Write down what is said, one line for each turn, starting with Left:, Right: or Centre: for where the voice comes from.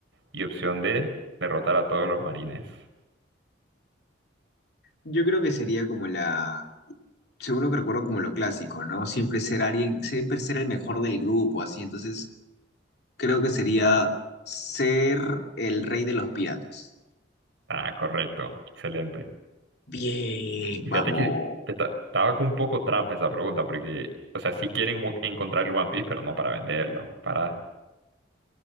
Right: Y opción D, derrotar a todos los marines.
Left: Yo creo que sería como la, seguro que recuerdo como lo clásico, ¿no? Siempre ser alguien, siempre ser el mejor del grupo, así. Entonces, creo que sería ser el rey de los piratas.
Right: Ah, correcto, excelente.
Left: Bien,
Right: Y fíjate
Left: vamos.
Right: que esta- estaba con un poco trampa esa pregunta, porque, o sea, sí quieren wo- encontrar el One Piece, pero no para venderlo, para...